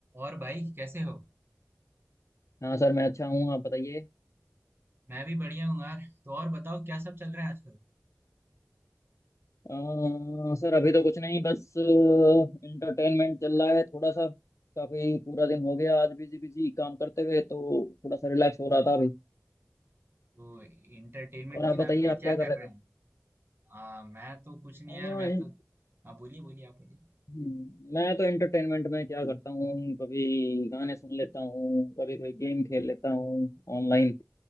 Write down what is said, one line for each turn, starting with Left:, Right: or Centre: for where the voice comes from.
Right: और भाई कैसे हो
Left: हाँ सर मैं अच्छा हूँ आप बताइए
Right: मैं भी बढ़िया हूँ यार तो और बताओ क्या सब चल रहा है आजकल
Left: अ, सर अभी तो कुछ नहीं बस इंटरटेनमेंट चल रहा है थोड़ा सा काफी पूरा दिन हो गया आज बिजी बिजी काम करते हुए तो थोड़ा सा रिलैक्स हो रहा था अभी
Right: तो इंटरटेनमेंट
Left: और आप
Right: के
Left: बताइए
Right: नाम पे
Left: आप क्या
Right: क्या
Left: कर
Right: कर
Left: रहे
Right: रहे हैं
Left: थे
Right: आ, मैं तो कुछ नहीं
Left: अ,
Right: यार मैं
Left: इन-
Right: तो आप बोलिए बोलिए आप बोलिए
Left: हम्म, मैं तो एंटरटेनमेंट में क्या करता हूँ कभी गाने सुन लेता हूँ कभी कोई गेम खेल लेता हूँ ऑनलाइन